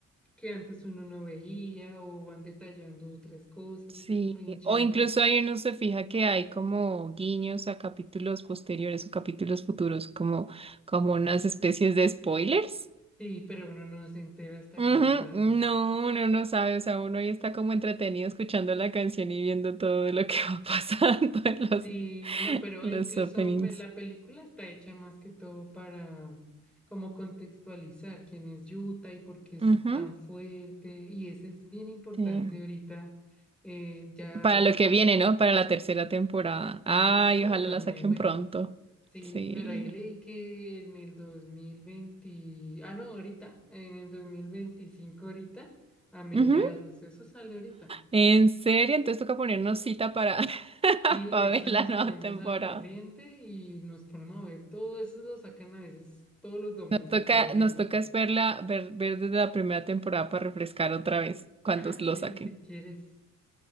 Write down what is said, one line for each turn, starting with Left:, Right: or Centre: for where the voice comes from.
Centre: que antes uno no veía o van detallando otras cosas,
Right: Sí,
Centre: eso es muy chévere.
Right: o incluso ahí uno se fija que hay como guiños a capítulos posteriores o capítulos futuros, como, como unas especies de spoilers.
Centre: Sí, pero uno no se entera hasta
Right: Ujú,
Centre: qué pasa.
Right: No, uno no sabe, o sea, uno ahí está como entretenido escuchando la canción y viendo todo lo que va pasando <laughs> en los,
Centre: Sí, no, pero
Right: los
Centre: incluso
Right: openings.
Centre: ve, la película está hecha más que todo para mm, como contextualizar quién es Yuta y por qué es
Right: Ujú,
Centre: tan fuerte y eso es bien importante
Right: sí.
Centre: ahorita. eh, ya,
Right: Para lo que viene, ¿no? Para la tercera temporada.
Centre: y
Right: Ay,
Centre: eso
Right: ojalá
Centre: va a estar
Right: la
Centre: muy
Right: saquen
Centre: bueno.
Right: pronto.
Centre: Sí,
Right: Sí.
Centre: pero ahí leí que en el 2020, ah, no, ahorita, en el 2025 ahorita, a mediados,
Right: Ujú.
Centre: eso sale ahorita.
Right: ¿En serio? Entonces toca ponernos cita para, <laughs>
Centre: Sí,
Right: para
Centre: eso
Right: ver la
Centre: nos
Right: nueva
Centre: ponemos
Right: temporada.
Centre: al corriente y nos ponemos a ver, todo eso lo sacan a veces todos los domingos,
Right: Nos toca,
Centre: por ejemplo.
Right: nos toca es verla, ver, ver desde la primera temporada para refrescar otra vez cuando
Centre: Ah,
Right: lo
Centre: sí,
Right: saquen.
Centre: si quieres.